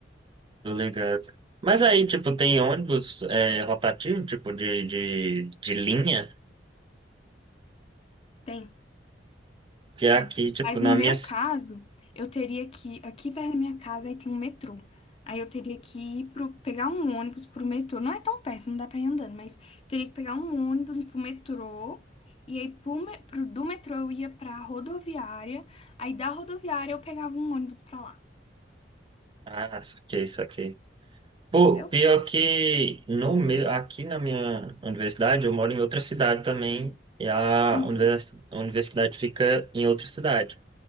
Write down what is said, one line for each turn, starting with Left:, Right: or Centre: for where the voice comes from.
Right: tô ligado. Mas aí, tipo, tem ônibus é, rotativo, tipo, de, de, de linha,
Left: Tem,
Right: que é
Left: tem.
Right: aqui, tipo,
Left: Mas
Right: na
Left: no meu
Right: minha...
Left: caso, eu teria que ir aqui perto da minha casa aí tem um metrô. Aí eu teria que ir pro, pegar um ônibus pro metrô. Não é tão perto, não dá pra ir andando, mas teria que pegar um ônibus pro metrô. E aí pro, me- pro- do metrô eu ia pra rodoviária. Aí da rodoviária eu pegava um ônibus pra lá.
Right: Ah, isso aqui, isso aqui. Pô,
Left: Entendeu?
Right: pior que no meu, aqui na minha universidade, eu moro em outra cidade também, e a
Left: Uhum.
Right: univers- a universidade fica em outra cidade.